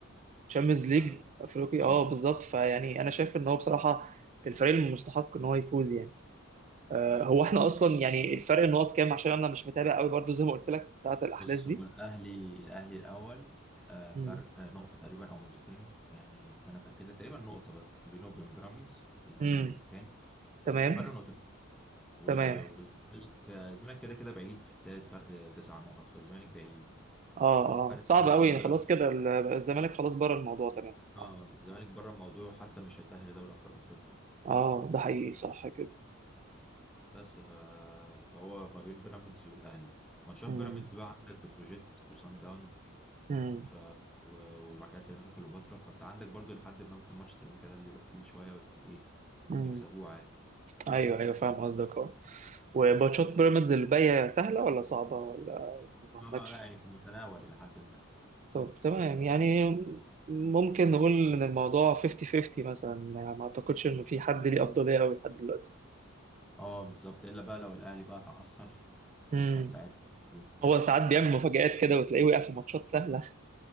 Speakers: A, on the right; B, in the centre.
A: الشامبيونز ليج
B: على
A: افريقي
B: اه
A: اه بالظبط فيعني انا شايف ان هو بصراحه الفريق المستحق ان هو يفوز يعني آه، هو احنا اصلا يعني الفرق النقط كام عشان انا مش متابع قوي برضو زي ما قلت لك من ساعه الاحداث
B: بص
A: دي
B: هو الاهلي الاهلي الاول آه، فرق
A: مم.
B: آه، نقطه تقريبا او نقطتين يعني استنى اتاكد لك تقريبا نقطه بس بينه وبين بيراميدز بيراميدز
A: امم
B: التاني
A: تمام
B: فرق نقطتين و-
A: تمام
B: والزمالك آه، الزمالك كده كده بعيد في التالت فرق آه، تسع نقط فالزمالك بعيد يعني
A: اه اه
B: فرق
A: صعب
B: تسع نقط
A: قوي
B: عن
A: يعني
B: بيراميدز
A: خلاص كده ال- الزمالك خلاص بره الموضوع تمام
B: اه
A: اه
B: الزمالك بره الموضوع حتى مش هيتاهل لدوري ابطال افريقيا يعني
A: اه ده حقيقي صح كده
B: بس ف... فهو ما بين بيراميدز والاهلي ماتشات
A: امم
B: بيراميدز بقى عندك بتروجيت وسان داونز
A: امم
B: ف و- وبعد كده سيراميكا كليوباترا فانت عندك برضو لحد ما ممكن ماتش سيراميكا ده اللي يبقى تقيل شويه بس ايه
A: امم
B: هيكسبوه عادي
A: ايوه ايوه فاهم قصدك اه وماتشات بيراميدز اللي باقيه سهله ولا صعبه ولا ما عندكش
B: اه آه، لا يعني في المتناول الى حد ما
A: طب تمام يعني ممكن نقول ان الموضوع 50 50 مثلا يعني ما اعتقدش انه في حد ليه افضليه قوي لحد دلوقتي
B: اه بالظبط الا بقى لو الاهلي بقى تعثر
A: امم
B: آه، ساعتها إيه،
A: هو ساعات بيعمل
B: آه.
A: مفاجآت كده وتلاقيه وقع في ماتشات سهلة